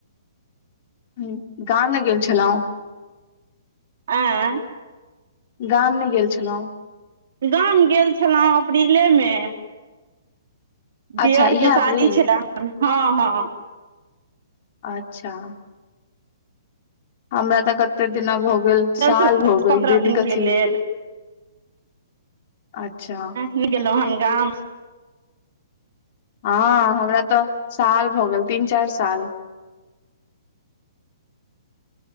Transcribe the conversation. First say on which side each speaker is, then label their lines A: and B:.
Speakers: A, on the left (about 45°); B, on the right (about 60°).
A: हू गाम नै गेल छलउं?
B: ऐं
A: गाम नै गेल छलौं?
B: गाम गेल छलौं अप्रीले मे।
A: अच्छा
B: दीयर
A: इएह
B: के
A: अप्रिल
B: शादी छले हन हँ हँ।
A: अच्छा। हमरा त कत्ते दिना भऽ गेल
B: दस
A: साल भऽ गेल
B: पन्द्रह
A: दिन
B: के
A: कथी।
B: लेल
A: अच्छा।
B: नै गेलौं हन गाम?
A: हँ हमरा तऽ साल भऽ गेल तीन चारि साल।